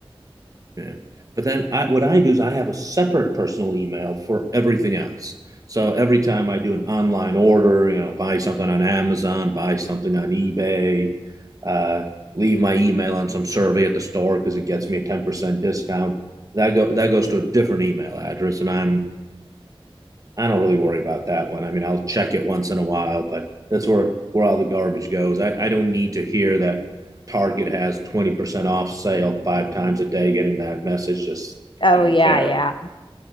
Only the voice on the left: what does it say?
Oh
yeah,
yeah.